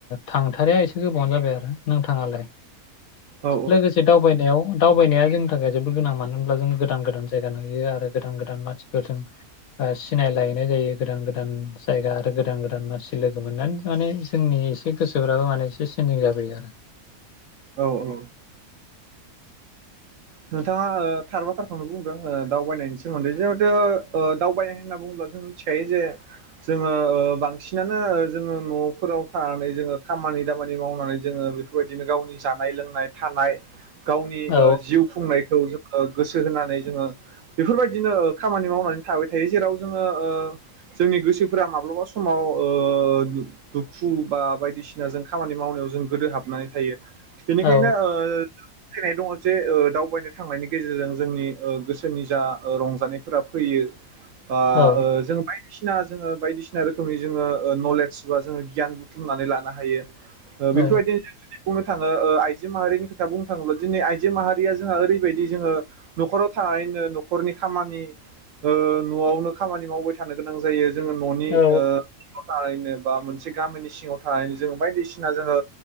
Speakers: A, on the left (about 70°); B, on the right (about 65°).
A: थांथारिया एसे गोबावानो जाबाय आरो नोंथाङालाय
B: औ
A: लोगोसे दावबायनायाव दावबायनाया जोंनि थाखाय जोबोद गोनां मान नो होनब्ला जों गोदान गोदान जायगा नुयो आरो गोदान गोदान मानसिफोरजों आ सिनायलायनाय जायो गोदान गोदान जायगा आरो गोदान गोदान मानसि लोगो मोननानै माने जोंनि एसे गोसोफ्राबो माने एसे चेन्जिं जाबोयो आरो
B: औ औ नोंथाङा अ थार बाथ्रारखौनो बुंदों ओ दावबायनायनि सोमोनदै जिहेथु अ दावबायनाय होनना बुङोब्ला जों मिथिखायो जे जोङो अ बांसिनानो जोङो न'फोराव थानानै जोङो खामानि दामानि मावनानै जोङो बेफोरबायदिनो गावनि जानाय लोंनाय थानाय गावनि
A: औ
B: ओ जिउ जो गोसो होनानै जोङो बेफोरबायदिनो अ खामानि मावनानै थाबाय थायो जेराव जोङो ओ जोंनि गोसोफोरा माब्लाबा समाव अ दुखु बा बायदिसिना जों खामानि मावनायाव जों गोदो हाबनानै थायो बेनिखायनो
A: औ
B: ओ फैनाय दङ जे दाउ दावबायनो थांनायनि गेजेरजों जोंनि ओ गोसोनि जा ओ रंजानायफोरा फैयो आ
A: औ
B: ओ जों बायदिसिना जोङो बायदिसिना रोखोमनि जोङो ओ नलेज बा जोङो गियान बुथुमनानै लानो हायो ओ
A: औ
B: बेफोरबायदिनो जों जुदि बुंनो थाङो ओ आइजो माहारिनि खोथा बुंनो थाङोब्ला दिनै आइजो माहारिया जोंहा ओरैबायदि जोङो न'खराव थानानैनो न'खरनि खामानि अ न'आवनो खामानि मावबाय थानो गोनां जायो जोङो न'नि
A: औ
B: ओ थारैनो बा मोनसे गामिनि सिङाव थानायानानै जोङो बायदिसिना जोङो